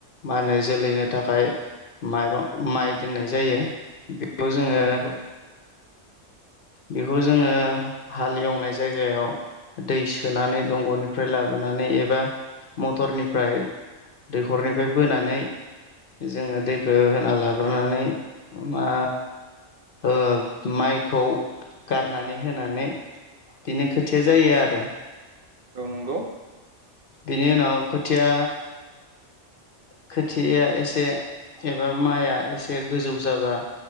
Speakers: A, on the left (about 50°); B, on the right (about 50°).
A: मा होनो जोलैनो थाखाय माइरं माइ दोननाय जायो बेखौ जोङो
B: औ नंगौ
A: बेखौ जोङो हाल एवनाय जायगायाव दै सोनानै दंग'निफ्राय लाबोनानै एबा मटरनिफ्राय दैखरनिफ्राय बोनानै जोङो दैखौ होना लाग्रोनानै मा ओ माइखौ गारनानै होनानै बिनो खोथिया जायो आरो।
B: औ नंगौ।
A: बिनि उनाव खोथिया खोथिया एसे एबा माइआ एसे गोजौ जाबा